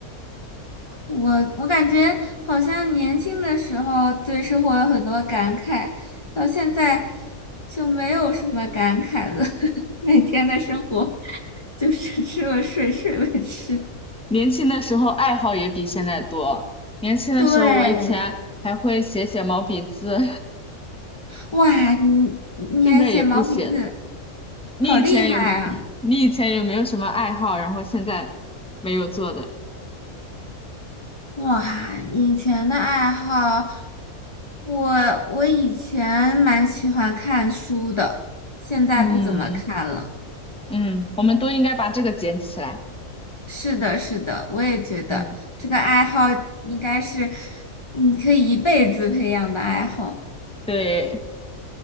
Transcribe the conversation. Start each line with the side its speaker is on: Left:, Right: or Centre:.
Left: 我我感觉好像年轻的时候对生活有很多感慨，到现在就没有什么感慨了。<laughs> 每天的生活就是吃了睡，睡了吃。
Centre: 年轻的时候爱好也比现在多，年轻的时候我以前还会写写毛笔字，
Left: 对，哇，你你还写毛笔字，
Centre: <laughs> 现在也不写了。你以前有
Left: 好厉害啊！
Centre: <laughs> 你以前有没有什么爱好，然后现在没有做的？
Left: 哇，以前的爱好，我我以前蛮喜欢看书的，现在不怎么看了。
Centre: 嗯嗯，我们都应该把这个捡起来。
Left: 是的，是的，我也觉得这个爱好应该是
Centre: 嗯，
Left: 你可以一辈子培养的爱好。
Centre: 对。